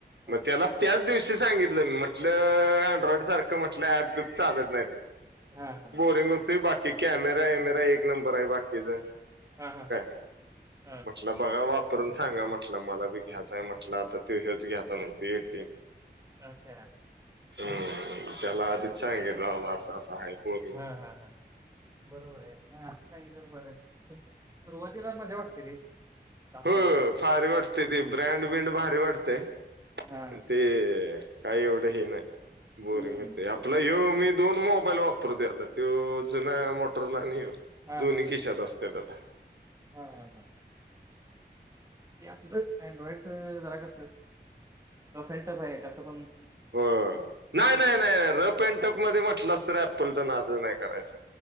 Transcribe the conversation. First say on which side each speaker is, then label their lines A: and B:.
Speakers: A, on the right; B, on the right.
A: हा
B: मग त्याला त्याच दिवशी सांगितलं मी म्हटलं अँड्रॉइड सारखं म्हटलं ऍप बीप चालत नाहीत.
A: हा हा.
B: हँग होतोय बाकी कॅमेरा बीमेरा एक नंबर आहे बाकीचा
A: हा हा
B: काय
A: हा हा.
B: म्हटलं बघा वाप करून सांगा म्हटला मला बी घ्यायचाय म्हटला आता तो ह्योच घ्यायचाय म्हणतोय एटीन
A: अच्छा.
B: हम्म त्याला आधीच सांगितलं बाबा असं असं आहे पोर
A: हा हा बरोबर आहे हा असं सांगितलेलं बर आहे सुरुवात तिला मजा वाटते रे दहा
B: हो
A: पंधरा दिवस
B: फारी वाटते ती ब्रँड ब्रींड भारी वाटतंय
A: हा
B: ते. काय एवढं हे नाही बोरिंग
A: हम्म
B: होतय आपला ह्यो. मी दोन मोबाईल वापरतोय आता तो जुना मोटरला आहे हयो.
A: हा
B: दोन्ही
A: हा हा
B: खिशात असत्यात आता.
A: हा हम हा ते आपलं अँड्रॉइडच जरा कस फें्टप तर एका सगळं
B: हो नाही नाही नाही नाही, रफ अँड टफ मध्ये म्हटलास तर ऍपलचा नादच नाही करायचा.